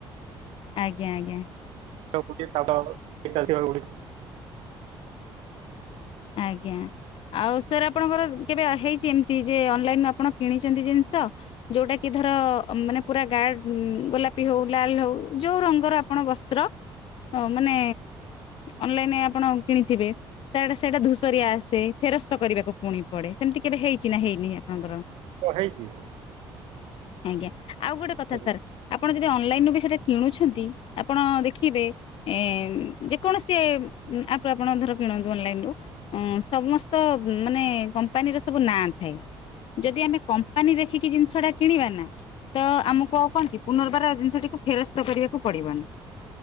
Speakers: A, on the left; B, on the right.
A: ଆଜ୍ଞା ଆଜ୍ଞା
B: <unintelligible> <unintelligible>
A: ଆଜ୍ଞା ଆଉ ସାର୍ ଆପଣଙ୍କର କେବେ ହେଇଛି ଏମିତି ଯେ ଅନଲାଇନୁ ଆପଣ କିଣିଛନ୍ତି ଜିନିଷ ଯୋଉଟା କି ଧର ମାନେ ପୁରା ଗାଢ଼ ଗୋଲାପି ହଉ ଲାଲ ହଉ ଯୋଉ ରଙ୍ଗର ଆପଣ ବସ୍ତ୍ର ହଁ ମାନେ ଅନଲାଇନ ଆପଣ କିଣିଥିବେ ତାଟା ସେଇଟା ଧୂସରି ଆସେ ଫେରସ୍ତ କରିବାକୁ ପୁଣି ପଡେ ସେମିତି କେବେ ହେଇଛି ନା ହେଇନି ଆପଣଙ୍କର
B: ପ ହେଇଛିି
A: ଆଜ୍ଞା ଆଉ ଗୋଟେ କଥା
B: ହଁ
A: ସାର୍ ଆପଣ ଯଦି ଅନଲାଇନ ରୁ ବି ସେଇଟା କିଣୁଛନ୍ତି ଆପଣ ଦେଖିବେ ଏ ଯେକୌଣସି ଆପରୁ ଧର କିଣନ୍ତୁ ଅନଲାଇନ ରୁ ଅ ସମସ୍ତ ମାନେ କମ୍ପାନୀର ସବୁ ନାଁ ଥାଏ ଯଦି ଆମେ କ ମ୍ପାପାନି ଦେଖିକି ଜିନିଷ ଟା କିଣିବା ନା ତ ଆମକୁ ଆଉ କଣ କି ପୁନର୍ବାର ଜିନିଷଟିକୁ ଫେରସ୍ତ କରିବାକୁ ପଡିବନି